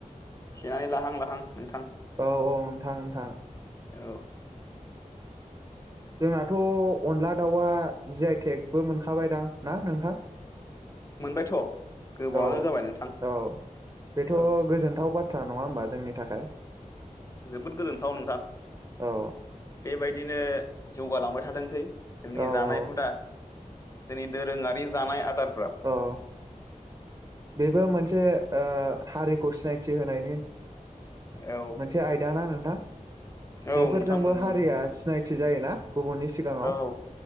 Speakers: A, on the left; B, on the right.
A: सेनानै लाहां लाहां नोंथां।
B: औ औ नोंथां नोंथां।
A: औ
B: जोंहाथ' अनला दाउआ जि आइ टेकबो मोनखाबायदां ना नोंथां?
A: मोनबायथ' गोबावानो
B: औ
A: जाबाय नोंथां
B: औ बेथ'
A: औ
B: गोजोनथाव बाथ्रा नङा होमबा? जोंनि थाखाय
A: जोबोद गोजोनथाव नोंथां।
B: औ
A: बेबायदिनो जौगालांबाय थाथोंसै। जोंनि
B: औ
A: जानाय
B: औ
A: हुदा जोंनि दोरोङारि जानाय आदार
B: अ बेबो मोनसे ओ हारिखौ सिनायथि होनायनि
A: औ
B: मोनसे आयदा ना नोंथां? हा
A: औ
B: बेफोरजोंबो
A: नोंथां नंगौ
B: हारिया
A: नंगौ
B: सिनायथि जायोना गुबुननि सिगाङाव
A: औ